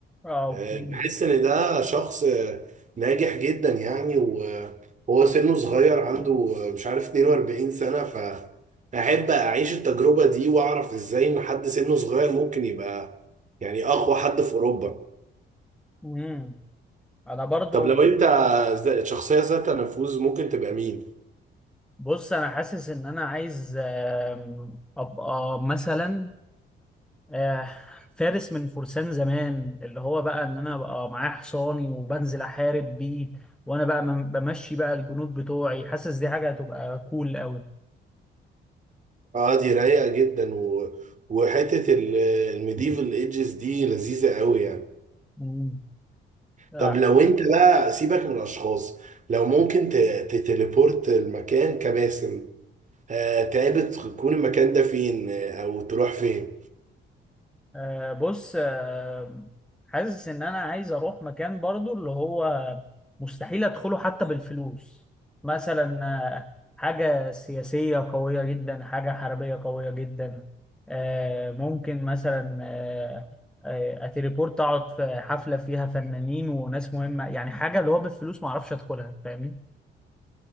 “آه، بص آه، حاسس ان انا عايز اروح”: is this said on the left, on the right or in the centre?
Centre